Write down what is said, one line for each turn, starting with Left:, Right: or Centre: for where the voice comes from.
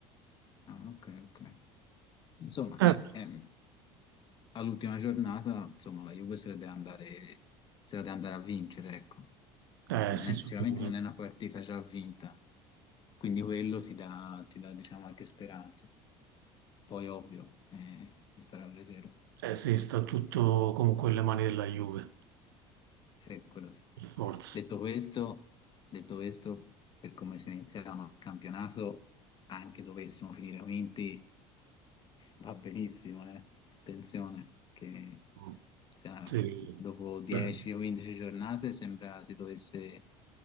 Left: Ah, ok, ok. Insomma, è-
Right: Eh,
Left: è- all'ultima giornata, insomma, la Juve se la deve andare, se la deve andare a vincere, ecco.
Right: beh,
Left: Non
Right: eh, sì,
Left: è-
Right: sicuramente.
Left: sicuramente non è una partita già vinta, quindi quello ti dà, ti dà, diciamo, anche speranza. Poi, ovvio, eh, si starà a vedere.
Right: Eh sì, sta tutto comunque nelle mani della Juve,
Left: Sì, quello sì.
Right: per forza.
Left: Detto questo, detto questo, per come si iniziava il campionato, anche dovessimo finire quinti, va benissimo, eh. Attenzione, che
Right: Mm.
Left: sa,
Right: Sì.
Left: dopo 10
Right: Beh,
Left: o 15 giornate sembra si dovesse